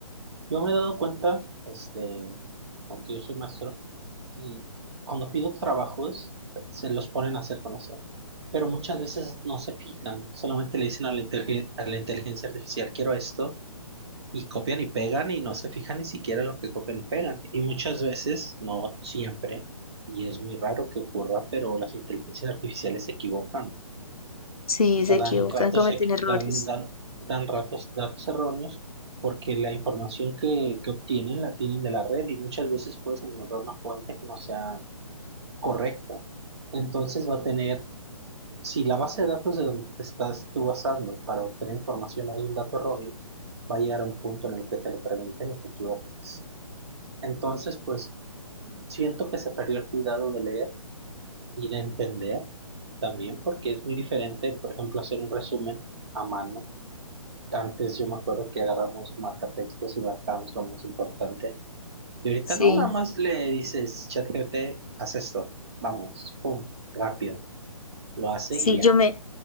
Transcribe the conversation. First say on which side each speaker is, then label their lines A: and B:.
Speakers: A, on the right; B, on the left.
A: yo me he dado cuenta, este, porque yo soy maestro, y cuando pido trabajos, se los ponen a hacer con eso. Pero muchas veces no se fijan, solamente le dicen a la, interge- a la inteligencia artificial, quiero esto, y copian y pegan y no se fijan ni siquiera en lo que copian y pegan. Y muchas veces, no siempre, y es muy raro que ocurra, pero las inteligencias artificiales se equivocan. O
B: Sí,
A: sea,
B: se
A: dan
B: equivocan,
A: ratos,
B: cometen
A: equi-
B: errores.
A: dan, dan, dan ratos, datos erróneos porque la información que, que obtienen la tienen de la red y muchas veces puedes encontrar una fuente que no sea correcta. Entonces va a tener si la base de datos de donde te estás tú basando para obtener información hay un dato erróneo, va a llegar a un punto en el que te lo pregunten y te equivoques. Entonces, pues siento que se perdió el cuidado de leer y de entender también, porque es muy diferente, por ejemplo, hacer un resumen a mano. Antes yo me acuerdo que agarramos marcatextos y marcamos lo más importante. Y ahorita
B: Sí,
A: no, nada más le dices, ChatGPT, haz esto, vamos, pum, rápido, lo hace
B: sí,
A: y ya.
B: yo me,